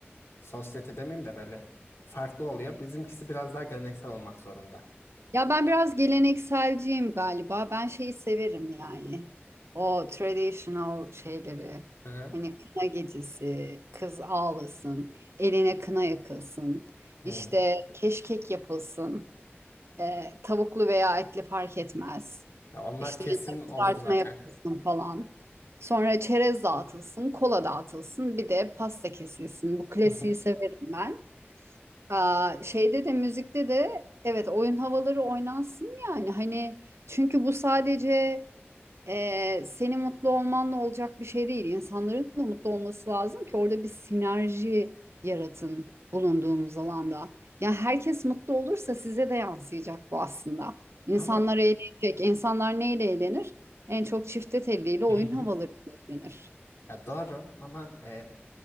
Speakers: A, on the left; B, on the right.
A: sosyete demeyeyim de böyle farklı oluyor. Bizimkisi biraz daha geleneksel olmak zorunda.
B: Ya ben biraz gelenekselciyim galiba. Ben şeyi severim yani. O traditional şeyleri.
A: Hı hı.
B: Hani kına gecesi, kız ağlasın, eline kına yakılsın,
A: Hmm.
B: işte keşkek yapılsın. E, tavuklu veya etli fark etmez.
A: Ya onlar
B: İşte
A: kesin
B: yanına
A: olur
B: kızartma
A: zaten.
B: yapılsın falan. Sonra çerez dağıtılsın, kola dağıtılsın, bir de pasta kesilsin. Bu klasiği
A: <laughs>
B: severim ben. Aa, şeyde de müzikte de evet oyun havaları oynansın yani. Hani çünkü bu sadece ee, senin mutlu olmanla olacak bir şey değil. İnsanların da mutlu olması lazım ki orada bir sinerji yaratın bulunduğunuz alanda. Ya herkes mutlu olursa size de yansıyacak bu aslında. İnsanlar
A: Ama
B: eğlenecek. İnsanlar neyle eğlenir? En çok çifte telliyle oyun
A: <laughs>
B: havalarıyla eğlenir.
A: ya doğru ama e,